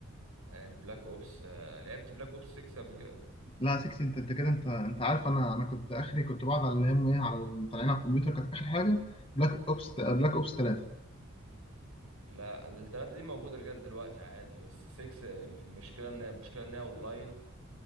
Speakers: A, on the right (about 85°); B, on the left (about 25°).
A: يعني البلاك أوبس آه، لعبت بلاك أوبس 6 قبل كده؟
B: لا 6 انت انت كده انت انت عارف انا انا كنت اخري كنت بقعد على الهم ايه على ال- طالعين على الكمبيوتر كانت اخر حاجه بلاك اوبس بلاك اوبس 3
A: لا التلاتة دي موجودة لغاية دلوقتي عادي بس 6 المشكلة إن المشكلة إن هي أونلاين